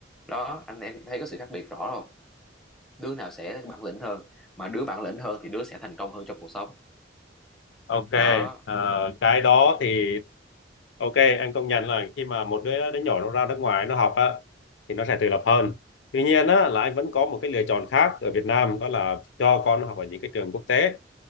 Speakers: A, in the centre; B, on the left.
A: đó anh em thấy có sự khác biệt rõ không đứa nào sẽ bản lĩnh hơn mà đứa bản lĩnh hơn thì đứa sẽ thành công hơn trong cuộc sống
B: Ok,
A: đó
B: ờ, cái đó thì Ok, anh công nhận là khi mà một đứa đứa nhỏ nó ra nước ngoài nó học á thì nó sẽ tự lập hơn. Tuy nhiên á là anh vẫn có một cái lựa chọn khác ở Việt Nam đó là cho con nó học ở những cái trường quốc tế.